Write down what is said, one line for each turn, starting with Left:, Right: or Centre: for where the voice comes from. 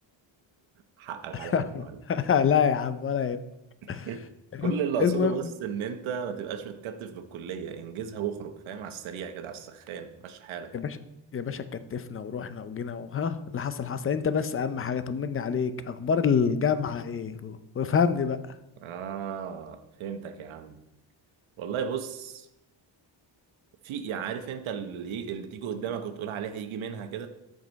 Right: حقك عليا
Left: <laughs>
Right: يا معلم
Left: لا يا عم ولا يهمك.
Right: <laughs>
Left: الم-
Right: كل اللي أقصده
Left: المهم
Right: بس إن أنت ما تبقاش متكتف بالكلية انجزها واخرج فاهم على السريع كده على السخان مش حالك
Left: يا باشا يا باشا كتفنا ورحنا وجينا وها اللي حصل حصل انت بس اهم حاجه طمني عليك اخبار الجامعه ايه و- وافهمني بقى
Right: آه فهمتك يا عم والله بص في عارف أنت اللي اللي تيجي قدامك وتقول عليها يجي منها